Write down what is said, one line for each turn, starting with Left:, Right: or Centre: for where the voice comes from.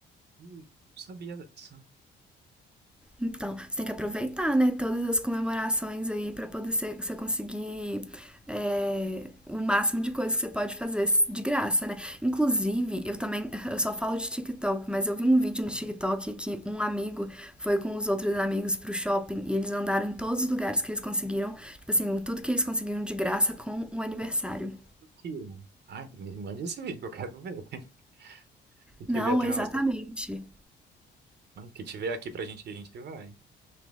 Right: Não sabia disso.
Centre: Então, você tem que aproveitar, né, todas as comemorações aí para poder ser você conseguir é, o máximo de coisas que você pode fazer de graça, né? Inclusive, eu também, <laughs> eu só falo de TikTok, mas eu vi um vídeo no TikTok que um amigo foi com os outros amigos pro shopping e eles andaram em todos os lugares que eles conseguiram, tipo assim, tudo que eles conseguiram de graça com o aniversário.
Right: Tira. Ai, me mande esse vídeo que eu quero ver. <laughs> Se tiver
Centre: Não,
Right: aqui
Centre: exatamente.
Right: na nossa. Não, que tiver aqui pra gente, ir, a gente vai.